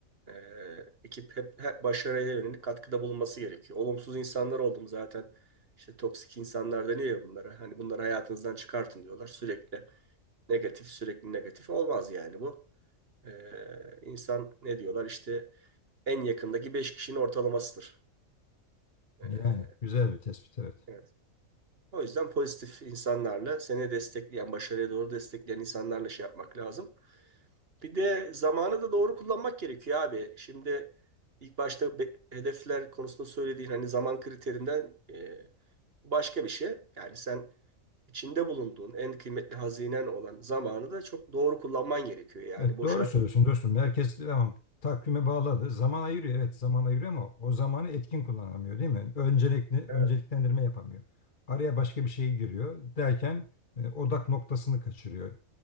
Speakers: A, on the right (about 45°); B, on the left (about 40°).
A: Ee, ekip hep, hep başarıya yönelik katkıda bulunması gerekiyor. Olumsuz insanlar oldum zaten. İşte toksik insanlar deniyor ya bunlara. Hani bunları hayatınızdan çıkartın diyorlar. Sürekli negatif, sürekli negatif olmaz yani bu. Ee, insan ne diyorlar işte en yakındaki 5 kişinin ortalamasıdır. Ee,
B: Yani güzel bir tespit evet.
A: evet. O yüzden pozitif insanlarla seni destekleyen, başarıya doğru destekleyen insanlarla şey yapmak lazım. Bir de zamanı da doğru kullanmak gerekiyor abi. Şimdi ilk başta be- hedefler konusunda söylediğin hani zaman kriterinden e, başka bir şey. Yani sen içinde bulunduğun en kıymetli hazinen olan zamanı da çok doğru kullanman gerekiyor. Yani
B: Evet
A: boşa
B: doğru söylüyorsun dostum. Herkes tamam takvime bağladı. Zaman ayırıyor evet zaman ayırıyor ama o zamanı etkin kullanamıyor değil mi? Öncelikli, önceliklendirme
A: Evet.
B: yapamıyor. Araya başka bir şey giriyor derken e, odak noktasını kaçırıyor.